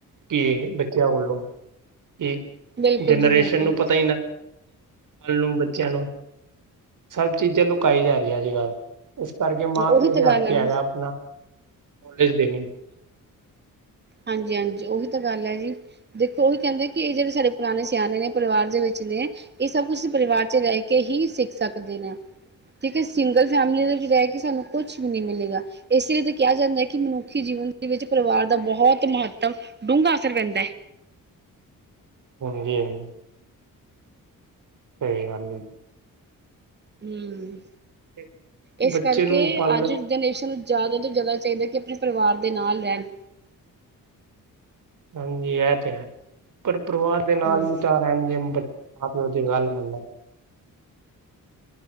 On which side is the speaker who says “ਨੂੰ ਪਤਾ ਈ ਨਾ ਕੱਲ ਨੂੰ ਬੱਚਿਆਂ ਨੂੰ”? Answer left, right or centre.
Right